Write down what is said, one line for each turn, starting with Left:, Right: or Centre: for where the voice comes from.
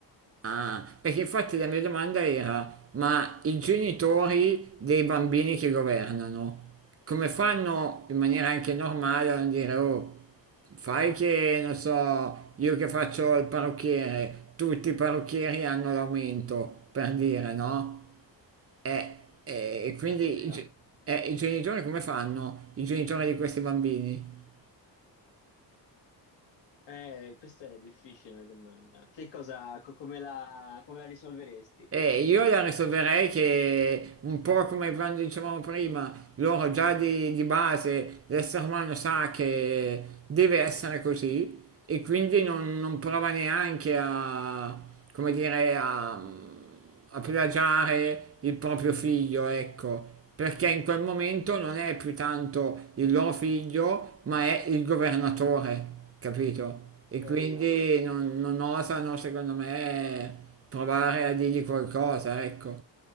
Right: Ah, perché infatti la mia domanda era, ma i genitori dei bambini che governano, come fanno in maniera anche normale a non dire, oh, fai che, non so, io che faccio il parrucchiere, tutti i parrucchieri hanno l'aumento, per dire, no? E, e- e quindi
Left: capito?
Right: i, ge- e i genitori come fanno? I genitori di questi bambini?
Left: Eh, questa è difficile una domanda. Che cosa, co- come la, come la risolveresti?
Right: Eh, io la risolverei che un po' come quando dicevamo prima, loro già di, di base, l'essere umano sa che deve essere così e quindi non, non prova neanche a, come dire, a, a plagiare il proprio figlio, ecco perché in quel momento non è più tanto il loro figlio, ma è il governatore, capito? E
Left: Certo.
Right: quindi non, non osano, secondo me, provare a dirgli qualcosa, ecco.